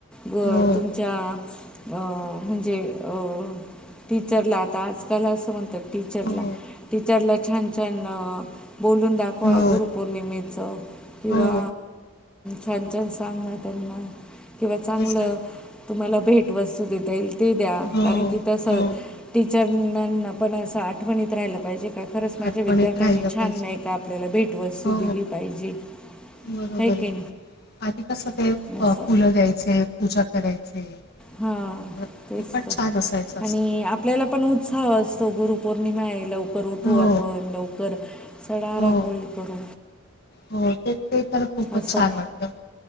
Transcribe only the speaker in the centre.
व
तुमच्या? अ म्हणजे अ टीचरला आता आजकाल असं म्हणतात टीचरला
टीचरला छान छान बोलून दाखवा
गुरु पौर्णिमेचं किंवा
छान छान सांग आहे त्यांना किंवा चांगलं
तुम्हाला भेट वस्तू देता येईल. ती द्या
कारण की तसं
टीचरनाना पण असं आठवणीत राहिलं पाहिजे का खरंच माझ्या
विद्यार्थ्यांनी
छान
नाही का आपल्याला भेटवस्तू
दिली पाहिजे.
है की
नाही
असं
हां
तेच
तर
आणि आपल्याला आपण उत्साह असतो गुरुपौर्णिमा आहे लवकर उठू
आपण लवकर सडा
रांंगोळी करु
असं